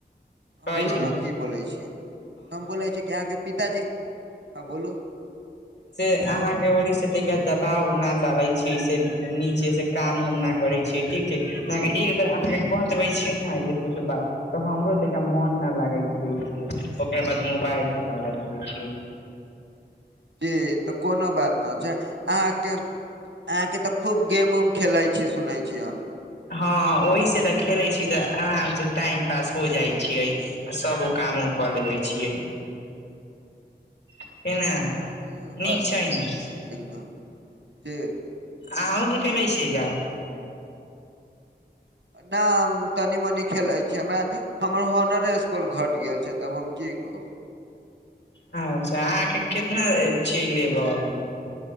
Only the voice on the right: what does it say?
बोलू
न
की बोलै छी। हम बोलै छी कि अहाँके पिताजी, हँ बोलू।
<inaudible> जी तऽ कोनो बात न छैय, आहां के आहा के तऽ खूब गेम उम खेले छी सुनै छी हम।
ह ईहो बात
जी एकदम जी।
नहि हम तनी मनी खेलै छीयै हमरा हमर हॉनरे स्कोर घट गेल छै तब हम की कहू।